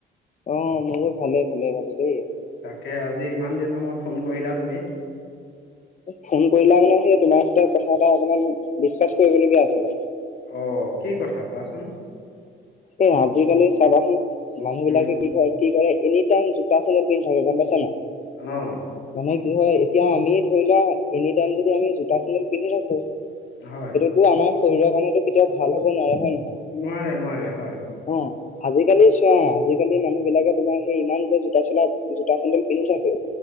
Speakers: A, on the left; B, on the left.
A: অহ মোৰো ভালে ভালে ভালে দেই।
B: তাকে আজি ইমান দিনৰ মূৰত ফোন কৰিলা তুমি।
A: ফোন কৰিলা মানে সেই তোমাৰ সতে কথা এটা অকনমান ডিচকাচ কৰিবলগীয়া আছিলে।
B: অ' কি কথা কোৱাচোন।
A: এ আজিকালি চাবাচো মানুহ বিলাকে
B: উম
A: কি ক কি কৰে এনি টাইম জোতা চেন্দেল পিন্ধ থাকে গ'ম পাইছা ন।
B: অঁ
A: মানে কি হয়, এতিয়া আমি ধৰি লোৱা এনি টাইম যদি আমি জোতা- চেনদেল পিন্ধি থাকো
B: হয়।
A: তো আমাৰ শৰীৰৰ কামতো কেতিয়াও ভাল হ'ব নোৱাৰে হয় নে নহয়?
B: নোৱাৰে নোৱাৰে হয়।
A: অ আজিকালি চোৱা আজিকালি মানুহ বিলাকে তোমাৰ সেই ইমান যে জোতা -চোলা, জোতা- চেন্দেল পিন্ধি থাকে